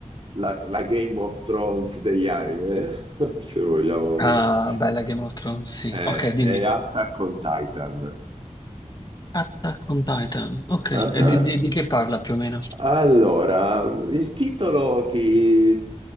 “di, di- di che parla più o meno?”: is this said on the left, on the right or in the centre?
Left